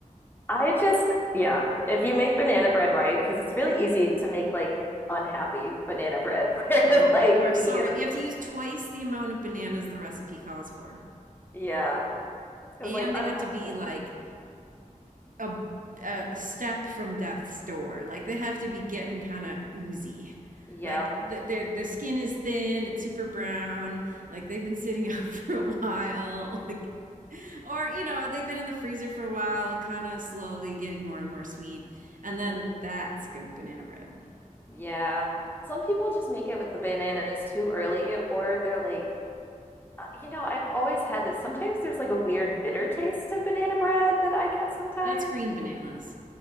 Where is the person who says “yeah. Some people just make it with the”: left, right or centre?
Left